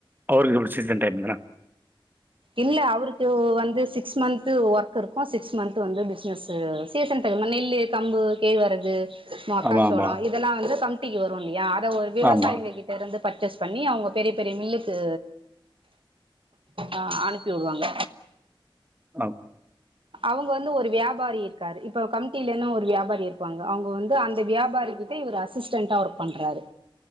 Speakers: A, on the right; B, on the right.
A: அவருக்கெப்டி சீசன் டைம்லயா
B: இல்ல அவர்க்கு வந்து சிக்ஸ் மந்த் ஒர்க் இருக்கூ சிக்ஸ் மந்த் வந்து பிசினஸு சீசன் டைம் நெல்லு கம்பு கேழ்வரகு மக்காச்சோளோ
A: ஆமா ஆமா.
B: இதல்லா வந்து சம்த் ட்டிகு வரூ இல்லியா ஆ அ ஒரு விவசாயிங்க
A: ஆமா.
B: கிட்டருந்துப் பர்சேஸ் பண்ணி அவுங்க பெரிய பெரிய மில்லுக்கு ஆ அனுப்பி உடுவாங்க
A: அப்
B: அவுங்க வந்து ஒரு வியாபாரி இருக்காரு இப்ப கமிட்டிலனு ஒரு வியாபாரி இருப்பாங்க அவுங்க வந்து அந்த வியாபாரி கிட்ட இவரு அசிஸ்டன்டா ஒர்க் பண்றாரு